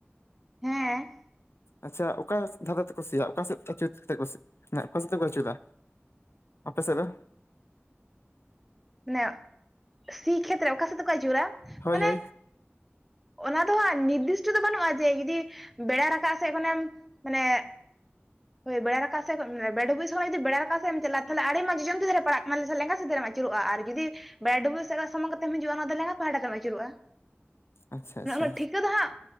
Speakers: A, in the centre; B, on the left.
A: ᱦᱮᱸ
B: ᱟᱪᱪᱷᱟ ᱚᱠᱟ ᱫᱷᱟᱨᱮ ᱛᱮᱠᱚ ᱥᱤᱭᱟᱜᱼᱟ ᱚᱠᱟ ᱥᱮᱫ ᱟᱹᱪᱩ ᱠᱟᱛᱮ <inaudible> ᱢᱟᱱᱮ ᱚᱠᱟ ᱥᱮᱫ ᱛᱮᱠᱚ ᱟᱹᱪᱩᱟ ᱚᱯᱮ ᱥᱮᱫ ᱫᱚ
A: <inaudible> ᱢᱟᱱᱮ ᱥᱤ ᱠᱷᱮᱛᱨᱮ ᱚᱠᱟ ᱥᱮᱫ ᱛᱮ ᱠᱚ ᱡᱩᱨᱟ
B: ᱦᱳᱭ
A: ᱢᱟᱱᱮ
B: ᱦᱳᱭ
A: ᱚᱱᱟ ᱫᱚ ᱦᱟᱸᱜ ᱱᱤᱨᱫᱤᱥᱴᱚ ᱫᱚ ᱵᱟᱹᱱᱩᱜᱼᱟ ᱡᱮ ᱡᱩᱫᱤ ᱵᱮᱲᱟ ᱨᱟᱠᱟᱵ ᱥᱮᱫ ᱠᱷᱚᱱᱮᱢ ᱢᱟᱱᱮ ᱦᱳ ᱵᱮᱲᱟ ᱨᱟᱠᱟᱯ ᱥᱮᱫ <unintelligible> ᱥᱚᱢᱚᱭ ᱡᱩᱤ ᱵᱮᱲᱟ ᱨᱟᱠᱟᱯ ᱥᱮᱫ ᱪᱟᱞᱟᱜ ᱟᱢ ᱛᱚᱞᱮ ᱟᱹᱰᱤ ᱢᱚ ᱡᱚᱢᱫ ᱛᱤ ᱫᱷᱟᱨᱮ ᱯᱟᱲᱟᱜ ᱠᱟᱱᱟ ᱥᱮ ᱞᱮᱸᱜᱟ ᱥᱮᱫ ᱟᱹᱪᱩᱨᱚᱜᱼᱟ ᱟᱨ ᱡᱩᱫᱤ ᱵᱲᱟ <unintelligible> ᱥᱮᱫ ᱥᱟᱢᱟᱝ ᱠᱟᱛᱮᱢ ᱦᱤᱡᱩᱜᱼᱟ ᱚᱱᱟ ᱫᱚ ᱞᱟᱸᱜᱟ ᱯᱟᱦᱴᱟ ᱛᱮᱢ ᱟᱹᱪᱩᱨᱚᱜᱼᱟ
B: ᱟᱪᱪᱷᱟ ᱟᱪᱪᱷᱟ
A: ᱚᱱᱟᱹ ᱴᱷᱤᱠᱟᱹ ᱫᱚ ᱦᱟᱸᱜ